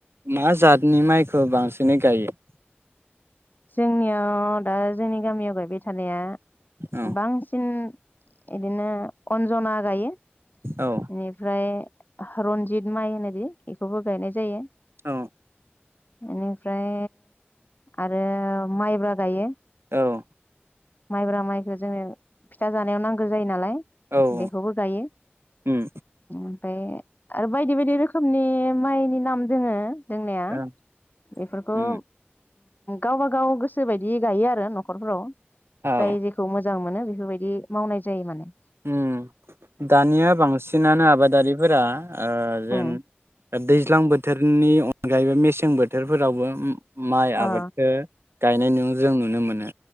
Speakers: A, on the right (about 85°); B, on the left (about 50°).
A: मा जातनि माइखौ बांसिनै गायो
B: जोंनियाव दा जोंनि गामियाव गायबाय थानाया
A: औ
B: बांसिन इदिनो अन्जना गायो बेनिफ्राय
A: औ
B: रनजित माइ होनोदि बेखौबो गायनाय जायो
A: औ
B: ओनिफ्राय आरो माइब्रा गायो
A: औ
B: माइब्रा माइखौ जोङो फिथा जानायाव नांगौ जायो नालाय
A: औ
B: बेखौबो गायो
A: उम
B: ओमफ्राय आरो बायदि बायदि रोखोमनि माइनि नाम दोङो दोंनाया
A: ओं
B: बेफोरखौ
A: उम
B: गावबा गाव गोसो बायदि गायो आरो न'खरफोराव जाय
A: औ
B: जेखौ मोजां मोनो बेफोरबायदि मावनाय जायो माने
A: उम दानिया बांसिनानो आबादारिफोरा ओ जेन
B: उम
A: दैज्लां बोथोरनि अनगायैबो मेसें बोथोरफोरावबो माइ आबादखो
B: अ
A: गायनाय नु जों नुनो मोनो